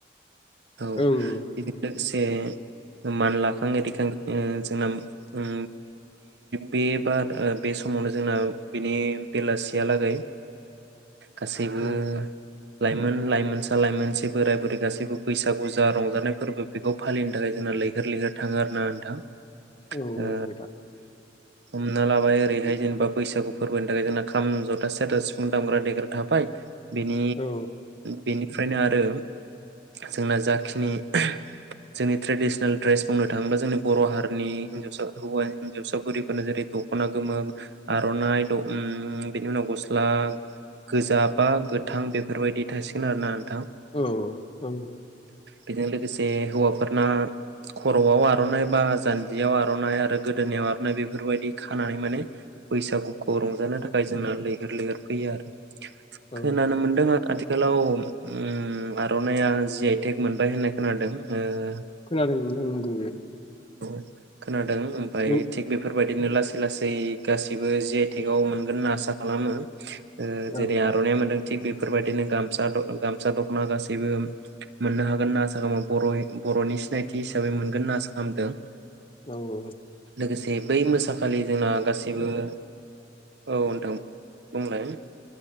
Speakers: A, on the right (about 60°); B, on the left (about 30°).
A: औ
B: ओं
A: बिदिनो ए मानलाख <unintelligible> जोंना ओ बे बार बे समावनो जोंना बेनि बेलासियालागै गासैबो
B: औ
A: लाइमोन लाइमोनसा लाइमोनसि बोराय बुरै गासैबो बैसागु जा रंजानाय फोरबो बेखौ फालिनो थाखाय जोंना लैहोर लैहोर थाङो आरो ना नोंथां।
B: औ
A: ओ
B: नोंथां
A: हमना लाबाय ओरैहाय जेनेबा बैसागु फोरबोनि थाखाय जोंना खाम जथा सेरथा सिफुं दामग्रा देग्रा थाबाय। बेनि
B: औ
A: बेनि ओमफ्रायनो आरो जोंना जाखिनि जोंनि ट्रेडिसनेल ड्रेस बुंनो थाङोबा जोंनि बर' हारिनि हिनजावसा हौवा हिन्जावसा बुरिफोरनो जेरै दख'ना गोमो आर'नाइ बेनि उनाव गस्ला गोजा बा गोथां बेफोरबायदि थासिगोन आरो ना।
B: औ औ।
A: बेजों लोगोसे हौवाफोरनो खर'आव आर'नाइ बा जान जियाव आर'नाइ आरो गोदोनायाव आर'नाइ बेफोरबायदि खानानै माने बैसागुखौ रंजानो थाखाय जोंना लैहोर लैहोर फैयो आरो
B: औ
A: खोनानो मोनदों आथ आथि गोलाव उम आर'नाया जि आइ टेक मोनबाय होननाय खोनादों ओ
B: खोनादों नोंथां नंगौ बे
A: औ खोनाद दों ओमफाय
B: नों
A: थिक बेफोर फोरबायदिनो लासै लासै गासिबो जि आइ टेक आव मोनगोन होनना आसा खालामो ओ
B: औ
A: जेरै आर'नाया मोनदों थिग बेफोरबायदिनो गमसा दख' गामसा दख'ना गासैबो मोननो हागोन होनना आसा खामो बर'यिं बर'नि सिनायथि हिसाबै मोनगोन होनना आसा आंदों
B: औ ओमफ्राय
A: लोगोसे बै मोसाखालि जोंना गासै जेबो औ नोंथां बुंलाय